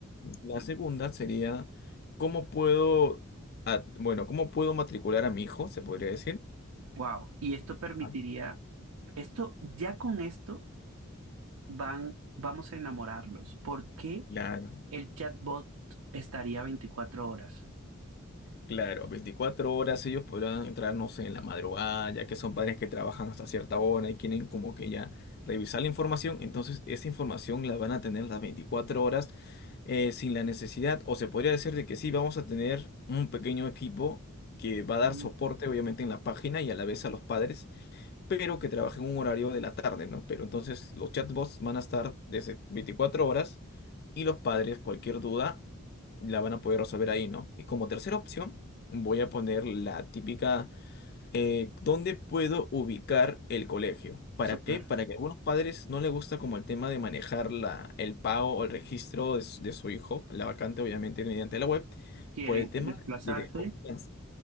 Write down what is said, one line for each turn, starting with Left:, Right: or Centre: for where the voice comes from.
Left: La segunda sería, ¿cómo puedo, ah, bueno, cómo puedo matricular a mi hijo, se podría decir?
Right: Wow. Y esto permitiría,
Left: Ajá.
Right: esto ya con esto van, vamos a enamorarlos. ¿Por qué
Left: Claro,
Right: el chatbot estaría 24 horas?
Left: claro, 24 horas ellos podrán entrar, no sé, en la madrugada, ya que son padres que trabajan hasta cierta hora y quieren como que ya revisar la información, entonces esa información la van a tener las 24 horas eh, sin la necesidad, o se podría decir de que sí, vamos a tener un pequeño equipo que va a
Right: Mm.
Left: dar soporte obviamente en la página y a la vez a los padres pero que trabaje en un horario de la tarde, ¿no? Pero entonces los chatbots van a estar desde 24 horas y los padres, cualquier duda, la van a poder resolver ahí, ¿no? Y como tercera opción, voy a poner la típica, eh, ¿dónde puedo ubicar el colegio? ¿Para
Right: Súper.
Left: qué? Para que a algunos padres no les gusta como el tema de manejar la, el pago o el registro de, su de su hijo, la vacante obviamente mediante la web,
Right: Quieren
Left: por el tema
Right: desplazarse.
Left: de desconfianza,